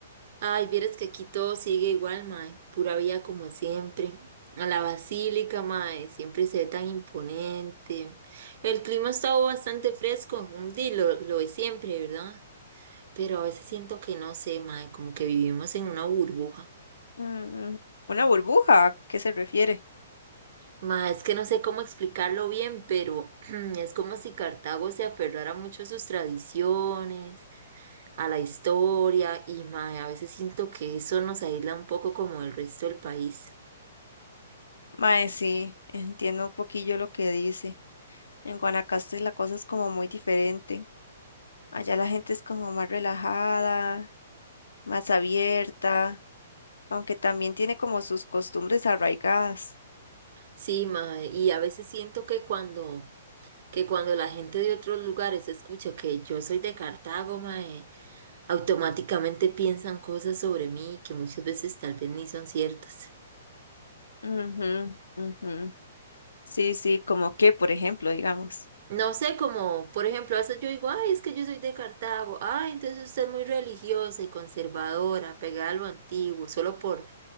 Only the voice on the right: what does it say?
Ay, vieras que aquí todo sigue igual, mae. Pura vida como siempre. A la basílica, mae, siempre se ve tan imponente. El clima ha estado bastante fresco, Un día lo, lo de siempre, ¿verdad? Pero a veces siento que no sé, mae, como que vivimos en una burbuja.
Mae, es que no sé cómo explicarlo bien, pero <clears throat> es como si Cartago se aferrara mucho a sus tradiciones a la historia y mae, a veces siento que eso nos aísla un poco como el resto del país.
Sí, mae, y a veces siento que cuando que cuando la gente de otros lugares escucha que yo soy de Cartago, mae, automáticamente piensan cosas sobre mí que muchas veces tal vez ni son ciertas.
No sé, como por ejemplo, a veces yo digo, ay, es que yo soy de Cartago, ay, entonces usted es muy religiosa y conservadora, pegada a lo antiguo, solo por